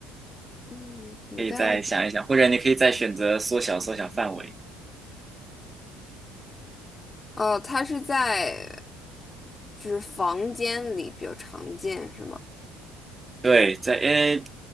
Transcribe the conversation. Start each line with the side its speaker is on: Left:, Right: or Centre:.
Left: 嗯，不带。
Right: 可以再想一想，或者你可以再选择缩小缩小范围。
Left: 哦，它是在就是房间里比较常见是吗？
Right: 对，在呃，